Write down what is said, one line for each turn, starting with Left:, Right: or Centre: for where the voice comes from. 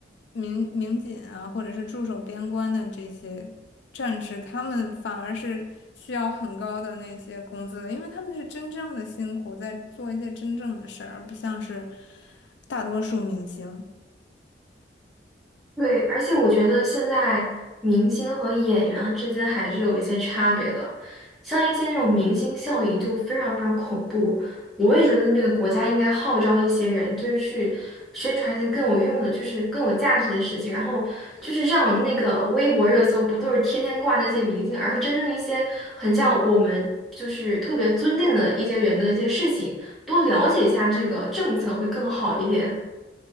Left: 民民警啊，或者是驻守边关的这些战士，他们反而是需要很高的那些工资的，因为他们是真正的辛苦，在做一些真正的事儿，而不像是大多数明星。
Centre: 对，而且我觉得现在明星和演员啊之间还是有一些差别的，像一些那种明星效应就非常非常恐怖。我也觉得那个国家应该号召一些人，就是去宣传一些更有用的，就是更有价值的事情，然后就是让那个微博热搜不都是天天挂那些明星，而是真正一些很像我们就是特别尊敬的一些人的一些事情，多了解一下这个政策会更好一点。